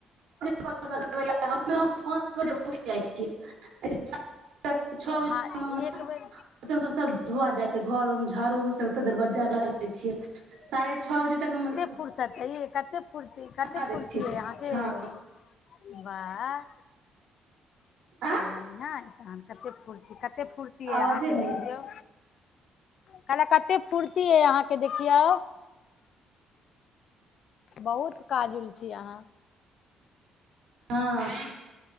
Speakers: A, on the right; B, on the left.
A: पाँच बजे उठि जाइ छ छओ बजेक
B: हँ एक बेर
A: धुआ जाइ छै घर झाड़ उड़ दरवज्जा लग जाै छियै साढ़े छओ बजे तक हमर
B: फर्सते कते फुर्ती कते
A: दै
B: फुर्ती
A: छियै
B: हुँ
A: हँ
B: बाह
A: आ
B: बढ़िआँ अहां कतेक पूर्ति कत कते फूर्ती यइ
A: आवाजे
B: अहाँके
A: नहि
B: देखियौ कहलहुँ कतेक फूर्ति अइ अहाँके देखियौ बहुत काजुलछी अहाँ
A: हँ